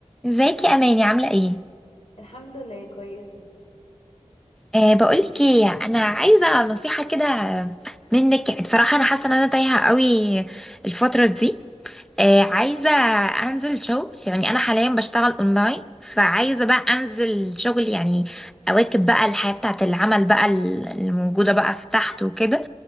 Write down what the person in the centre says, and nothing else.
ازيك يا اماني عامله ايه
أه بقولك ايه انا عايزه نصيحه كده منك يعني بصراحه انا حاسه ان انا تايهه قوي الفتره دي أه عايزه انزل شغل يعني انا حاليا بشتغل اونلاين فعايزه بقى انزل شغل يعني اواكب بقى الحياه بتاعه العمل بقى الموجوده بقى في تحت وكده